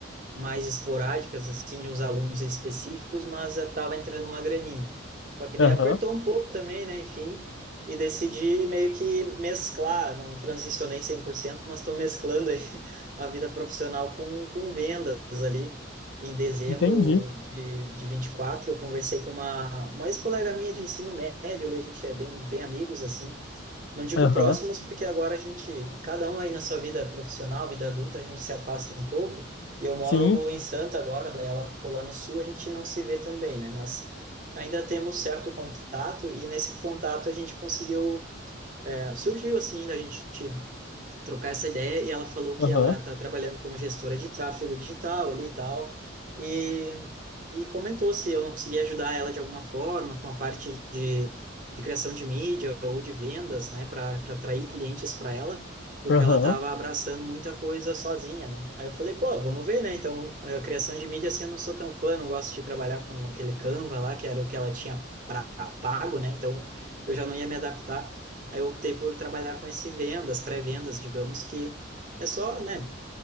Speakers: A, on the right (about 40°); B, on the left (about 65°).
A: mais esporádicas, assim, de uns alunos específicos, mas estava entrando uma graninha. Só que
B: Aham,
A: daí apertou um pouco também, né? Enfim, e decidi meio que mesclar, não transicionei 100% mas estou mesclando aí <laughs> a vida profissional com, com vendas ali. Em dezembro
B: entendi.
A: de, de 24 eu conversei com uma, uma ex-colega minha de ensino médio, ali a gente é bem, bem amigos, assim, não digo
B: Aham,
A: próximos, porque agora a gente, cada um aí na sua vida profissional, vida adulta, a gente se afasta um pouco. E eu moro
B: sim.
A: em Santa agora, daí ela ficou lá no sul, a gente não se vê também, né? Mas ainda temos certo contato, e nesse contato a gente conseguiu, é, surgiu assim, da gente trocar essa ideia e ela falou que
B: Aham,
A: ela está trabalhando como gestora de tráfego digital ali e tal, e, e comentou se eu não conseguia ajudar ela de alguma forma com a parte de, de criação de mídia ou de vendas, né, para para atrair clientes para ela, porque
B: aham,
A: ela estava abraçando muita coisa sozinha, né? Aí eu falei, pô, vamos ver, né? Então, a criação de mídia, assim, eu não sou tão fã, não gosto de trabalhar com aquele Canva lá, que era o que ela tinha pra, pago, né? Então, eu já não ia me adaptar. Aí eu optei por trabalhar com esse vendas, pré-vendas, digamos que é só, né,